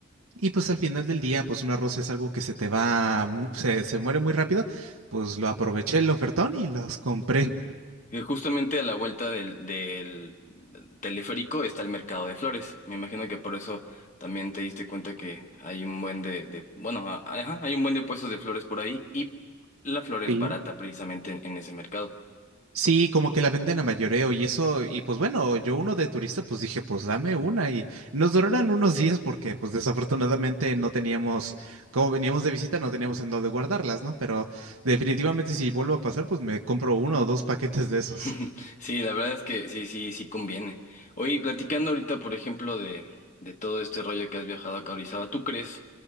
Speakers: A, on the right; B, on the left.
A: y pues al final del día, pues una rosa es algo que se te va, mu- se, se muere muy rápido, pues lo aproveché el ofertón y las compré.
B: Eh, Justamente a la vuelta del, del teleférico está el mercado de flores. Me imagino que por eso también te diste cuenta que hay un buen de, de- bueno, a- ajá, hay un buen de puestos de flores por ahí y la flor es
A: Sí.
B: barata precisamente en, en ese mercado.
A: Sí, como que la venden a mayoreo y eso, y pues bueno, yo uno de turista, pues dije, pues dame una y nos duraron unos días porque pues desafortunadamente no teníamos, como veníamos de visita, no teníamos en dónde guardarlas, ¿no? Pero definitivamente si vuelvo a pasar, pues me compro uno o dos paquetes de esos.
B: <laughs> Sí, la verdad es que sí, sí, sí conviene. Oye, y platicando ahorita, por ejemplo, de, de todo este rollo que has viajado acá a Orizaba, ¿tú crees,